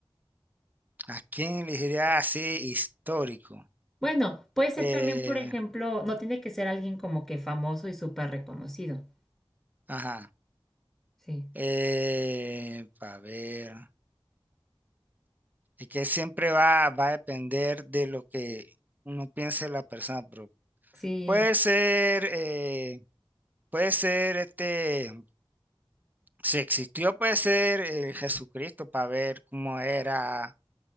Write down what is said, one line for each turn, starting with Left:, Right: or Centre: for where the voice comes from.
Right: ¿A quién elegiría así histórico?
Centre: Bueno, puede ser
Right: Eh,
Centre: también, por ejemplo, no tiene que ser alguien como que famoso y súper reconocido.
Right: ajá.
Centre: Sí,
Right: Eh, para ver. Y que siempre va, va a depender de lo que uno piense la persona, pero
Centre: sí,
Right: puede ser, eh, puede ser este, si existió, puede ser eh, Jesucristo para ver cómo era,